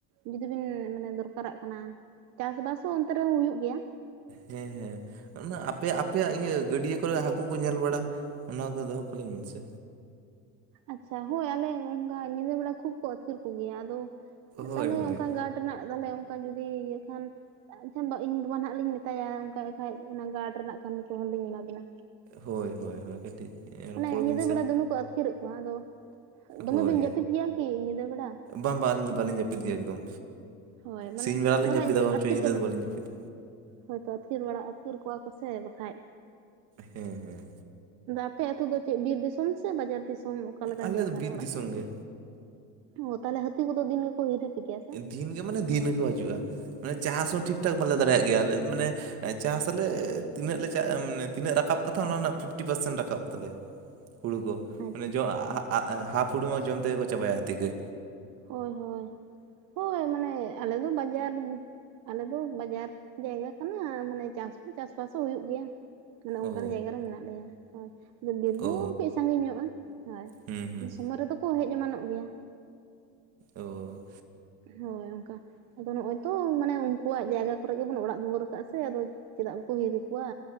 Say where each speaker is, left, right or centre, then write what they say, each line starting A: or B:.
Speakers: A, on the right; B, on the right.
A: ᱡᱩᱫᱤ ᱵᱤᱱ ᱢᱟᱱᱮ ᱫᱚᱨᱠᱟᱨᱟᱜ ᱠᱟᱱᱟ ᱪᱟᱥᱵᱟᱥ ᱦᱚᱸ ᱚᱱᱛᱮ ᱨᱮᱦᱚᱸ ᱦᱩᱭᱩᱜ ᱜᱮᱭᱟ
B: ᱦᱮᱸ ᱦᱮᱸ ᱚᱱᱟ ᱟᱯᱮ ᱟᱯᱮᱭᱟᱜ ᱟᱯᱮᱭᱟᱜ ᱤᱭᱟᱹ ᱜᱟᱹᱰᱭᱟᱹ ᱠᱚᱨᱮ ᱦᱟᱹᱠᱩ ᱠᱚ ᱧᱮᱞ ᱵᱟᱲᱟ ᱚᱱᱟᱜᱮ ᱫᱚᱦᱚ ᱠᱟᱹᱞᱤᱧ ᱵᱮᱱ ᱥᱮ
A: ᱟᱪᱪᱷᱟ ᱦᱳᱭ ᱟᱞᱮ ᱚᱱᱠᱟ ᱧᱤᱫᱟᱹ ᱵᱮᱲᱟ ᱠᱷᱩᱵ ᱠᱚ ᱟᱹᱛᱠᱤᱨ ᱠᱚ ᱜᱮᱭᱟ, ᱟᱫᱚ
B: ᱦᱳᱭ
A: ᱛᱟᱦᱚᱞᱮ
B: ᱦᱳᱭ
A: ᱚᱱᱠᱟ ᱜᱟᱲ ᱨᱮᱱᱟᱜ ᱛᱟᱦᱚᱞᱮ ᱚᱱᱠᱟ ᱡᱩᱫᱤ ᱤᱭᱟᱹ ᱠᱷᱟᱱ ᱮᱱᱠᱷᱟᱱ ᱫᱚ ᱤᱧ ᱵᱟᱵᱟ ᱦᱟᱸᱜ ᱞᱤᱧ ᱢᱮᱛᱟᱭᱟ ᱚᱱᱠᱟᱜ ᱠᱷᱟᱡ ᱚᱱᱟ ᱜᱟᱰ ᱨᱮᱱᱟᱜ ᱠᱟᱹᱢᱤ ᱠᱚᱦᱚᱸ ᱞᱤᱧ ᱮᱢᱟ ᱵᱤᱱᱟ
B: ᱦᱳᱭ ᱦᱳᱭ ᱦᱳᱭ ᱠᱟᱹᱴᱤᱡ
A: ᱢᱟᱱᱮ
B: ᱨᱚᱯᱚᱲ
A: ᱧᱤᱫᱟᱹ
B: ᱵᱤᱱ ᱥᱮ
A: ᱵᱮᱲᱟ ᱫᱚᱢᱮ ᱠᱚ ᱟᱛ ᱼᱼᱠᱤᱨᱮᱫ ᱠᱚᱣᱟ ᱾ ᱟᱫᱚ ᱫᱚᱢᱮ
B: ᱦᱳᱭ
A: ᱵᱤᱱ ᱡᱟᱹᱯᱤᱫ ᱜᱮᱭᱟ ᱠᱤ ᱧᱤᱫᱟᱹ ᱵᱮᱲᱟ?
B: ᱵᱟᱝ ᱵᱟᱝ ᱟᱞᱤᱧ ᱫᱚ ᱵᱟᱞᱤᱧ ᱡᱟᱹᱯᱤᱫ ᱜᱮᱭᱟ ᱮᱠᱫᱚᱢ
A: ᱦᱳᱭ ᱢᱟᱱᱮ
B: ᱥᱤᱧ ᱵᱮᱲᱟ ᱞᱤᱧ
A: ᱵᱟᱠᱷᱟᱡ
B: ᱡᱟᱹᱯᱤᱫᱟ ᱵᱟᱝ
A: ᱟᱹᱛᱠᱤᱨ
B: ᱪᱚ ᱧᱤᱫᱟᱹ
A: ᱪᱟᱵᱟ
B: ᱫᱚ ᱵᱟᱹᱞᱤᱧ ᱡᱟᱹᱯᱤᱫᱟ
A: ᱦᱳᱭ ᱛᱚ ᱟᱹᱛᱠᱤᱨ ᱵᱟᱲᱟ ᱟᱹᱛᱠᱤᱨ ᱠᱚᱣᱟ ᱠᱚᱥᱮ ᱵᱟᱠᱷᱟᱡ
B: ᱦᱮᱸ ᱦᱮᱸ
A: ᱟᱯᱮ ᱟᱹᱛᱩ ᱫᱚ ᱪᱮᱫ ᱵᱤᱨ ᱫᱤᱥᱚᱢ ᱥᱮ ᱵᱟᱡᱟᱨ ᱫᱤᱥᱚᱢ ᱚᱠᱟᱞᱮᱠᱟᱱ
B: ᱟᱞᱮ
A: ᱡᱟᱭᱜᱟ
B: ᱫᱚ ᱵᱤᱨ
A: ᱨᱮ ᱚᱲᱟᱜ
B: ᱫᱤᱥᱚᱢ
A: ᱛᱟᱯᱮ?
B: ᱜᱮ
A: ᱚ ᱛᱟᱦᱚᱞᱮ ᱦᱟᱹᱛᱤ ᱠᱚᱫᱚ ᱫᱤᱱ ᱜᱮ ᱠᱚ ᱦᱤᱨᱤ ᱯᱮ ᱜᱮᱭᱟ ᱥᱮ
B: ᱫᱤᱱ ᱜᱮ ᱢᱟᱱᱮ ᱫᱤᱱ ᱜᱮᱠᱚ ᱦᱤᱡᱩᱜᱼᱟ ᱢᱟᱱᱮ ᱪᱟᱥ ᱦᱚᱸ ᱴᱷᱤᱠᱼᱴᱷᱟᱠ ᱵᱟᱞᱮ ᱫᱟᱲᱮᱭᱟᱜ ᱜᱮᱭᱟ ᱟᱞᱮ ᱢᱟᱱᱮ ᱪᱟᱥ ᱟᱞᱮ ᱛᱤᱱᱟᱹᱜ ᱞᱮ ᱪᱟ ᱢᱟᱱᱮ ᱛᱤᱱᱟᱹᱜ ᱨᱟᱠᱟᱵ ᱠᱟᱛᱷᱟ ᱚᱱᱟ ᱨᱮᱱᱟᱜ ᱯᱷᱤᱯᱴᱤ ᱯᱟᱨᱥᱮᱱ ᱨᱟᱠᱟᱵ ᱛᱟᱞᱮᱭᱟ ᱦᱩᱲᱩ ᱠᱚ
A: ᱟᱪᱪᱷᱟ
B: ᱢᱟᱱᱮ ᱡᱚ ᱦᱟᱯ ᱦᱩᱲᱩ ᱢᱟ ᱡᱚᱢ ᱛᱮᱜᱮᱠᱚ ᱪᱟᱵᱟᱭᱟ ᱦᱟᱹᱛᱤ ᱜᱮ
A: ᱦᱳᱭ ᱦᱳᱭ ᱦᱳᱭ ᱢᱟᱱᱮ ᱟᱞᱮ ᱫᱚ ᱵᱟᱡᱟᱨ ᱟᱞᱮ ᱫᱚ ᱵᱟᱡᱟᱨ ᱡᱟᱭᱜᱟ ᱠᱟᱱᱟ ᱢᱟᱱᱮ ᱪᱟᱥ ᱫᱚ ᱪᱟᱥᱵᱟᱥ ᱦᱚᱸ ᱦᱩᱭᱩᱜ ᱜᱮᱭᱟ ᱚᱱᱮ ᱚᱱᱠᱟᱱ
B: ᱚ
A: ᱡᱟᱭᱜᱟ ᱨᱮ ᱢᱮᱱᱟᱜ ᱞᱮᱭᱟ ᱦᱳᱭ ᱟᱫᱚ ᱵᱤᱨ ᱵᱩᱨᱩ
B: ᱚ
A: ᱫᱚ ᱠᱟᱹᱡ ᱥᱟᱺᱜᱤᱧᱚᱜᱼᱟ ᱦᱳᱭ
B: ᱦᱩᱸ ᱦᱩᱸ
A: ᱥᱚᱢᱚᱭ ᱨᱮᱫᱚ ᱠᱚ ᱦᱮᱡ ᱮᱢᱟᱱᱚᱜ ᱜᱮᱭᱟ
B: ᱳ ᱳ
A: ᱦᱳᱭ ᱚᱱᱠᱟ ᱟᱫᱚ ᱱᱚᱜᱼᱚᱭ ᱛᱚ ᱢᱟᱱᱮ ᱩᱱᱠᱩᱣᱟᱜ ᱡᱟᱭᱜᱟ ᱠᱚᱨᱮ ᱜᱮᱵᱚᱱ ᱚᱲᱟᱜ ᱫᱩᱣᱟᱹᱨ ᱠᱟᱜᱼᱟ ᱥᱮ ᱟᱫᱚ ᱪᱮᱫᱟᱜ ᱵᱟᱠᱚ ᱦᱤᱨᱤ ᱠᱚᱣᱟ